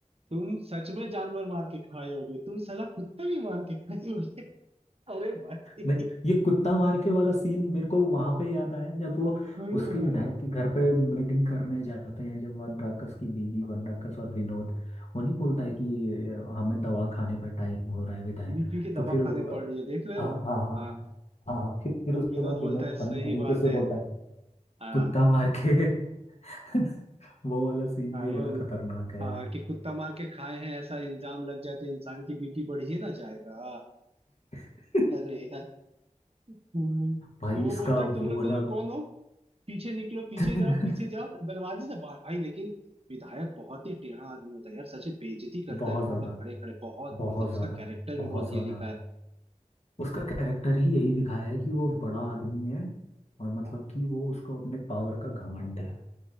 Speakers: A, on the right (about 50°); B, on the left (about 55°).
A: तुम सच में जानवर मार के खाए होगे तुम साला कुत्ता भी मार के खाए होगे <laughs> अरे भाई
B: नहीं ये कुत्ता मार के वाला सीन मेरे को वहां पे याद आया जब वो
A: अरे
B: उसके
A: भाई
B: विधायक के घर पे मीटिंग करने जाते हैं जब वन राकस की बीवी वन राकस और विनोद वो नहीं बोलता है कि अ, हमें दवा खाने का टाइम हो रहा है विधायक
A: बीपी की
B: तो
A: दवा
B: फिर
A: खाने
B: अ,
A: पड़ रही है देख रहे हो
B: हाँ हाँ हाँ
A: हाँ
B: हाँ फिर फिर
A: तो
B: उसके
A: विनोद
B: बाद
A: बोलता
B: विनोद
A: है
B: फनी
A: सही
B: तरीके
A: बात
B: से
A: है
B: बोलता है
A: हाँ
B: कुत्ता मार के <laughs> वो वाला सीन
A: खाए
B: भी बड़ा
A: हो
B: खतरनाक है
A: हाँ
B: यार
A: कि कुत्ता मार के खाए हैं ऐसा इल्जाम लग जाए तो इंसान की बीपी बढ़ ही ना जाएगा
B: <laughs>
A: अरे यार भाई।
B: भाई
A: तो वो
B: इसका
A: बोलता है तुम
B: वो
A: लोग
B: वाला
A: दोनों कौन हो पीछे निकलो पीछे
B: <laughs>
A: जाओ पीछे जाओ दरवाजे से बाहर भाई लेकिन विधायक बहुत ही टेढ़ा आदमी होता है यार सच में बेइज्जती करता
B: बहुत
A: है लोगों
B: ज्यादा
A: का खड़े खड़े बहुत
B: बहुत
A: मतलब उसका
B: ज्यादा
A: कैरेक्टर
B: बहुत
A: भी बहुत
B: ज्यादा
A: ये दिखा है
B: उसका कैरेक्टर ही यही दिखाया है कि वो बड़ा आदमी है और मतलब
A: हाँ
B: कि वो उसको अपने पावर का घमंड है